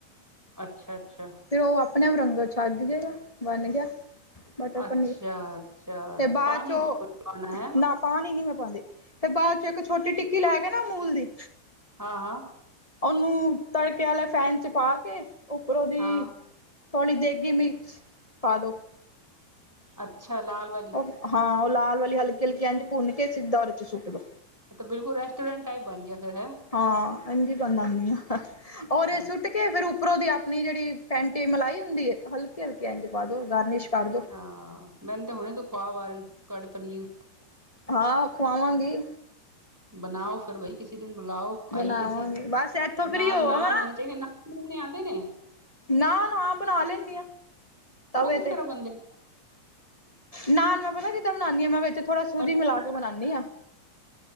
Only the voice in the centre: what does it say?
ਅੱਛਾ-ਅੱਛਾ।
ਅੱਛਾ!
ਅੱਛਾ!
ਪਾਣੀ
ਬਿਲਕੁਲ ਨੀ ਪਾਣਾ, ਹੈਂ?
ਹਾਂ-ਹਾਂ।
ਹਾਂ
ਅੱਛਾ। ਲਾਲ ਵਾਲ?
ਐ ਤੇ ਬਿਲਕੁਲ ਰੈਸਟੋਰੈਂਟ ਟਾਈਪ ਬਣਗਿਆ, ਫਿਰ ਹੈ?
ਹਾਂ,
ਹਾਂ, ਮੈਨੂੰ ਤੇ ਹੁਣੇ ਖੁਆਬ ਆ ਰਹੇਨ, ਤੁਹਾਡੇ ਪਨੀਲ
ਬਣਾਓ ਫੇਰ ਬਾਈ। ਕਿਸੇ ਦਿਨ ਬੁਲਾਓ, ਖਾਈਏ
ਅਸੀਂ।
ਨਾਲ,
ਨਾਨ
ਹੋਣੇ ਚਾਹੀਦੇ ਨਾ ਬਣਾਓਣੇ ਆਂਦੇ ਨੇ?
ਉਹ ਕਿਸ
ਤਰ੍ਹਾਂ ਬਣਦੇ ਨੇ
ਪਨੀਰ